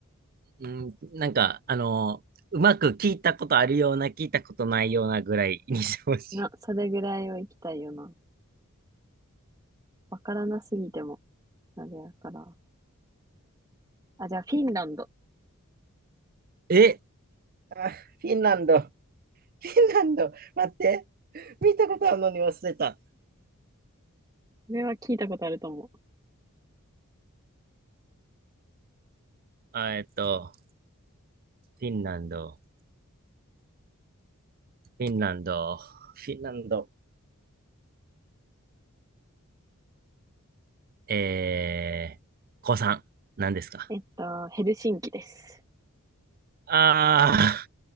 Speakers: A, on the right; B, on the right.
A: うん、なんか、あの、うまく聞いたことあるような、聞いたことないようなぐらいにしてほし
B: な、それぐらいを行きたいよな。わからなすぎても、あれやから。あ、じゃあ、フィンランド。こ
A: い。え、あ、フィンランド。フィンランド。待って。見たことあるのに忘れた。
B: れは聞いたことあると思う。
A: あえっと、フィンランド、フィンランド、フィンランド。えー、子さん、何ですか
B: えっと、ヘルシンキです。
A: あ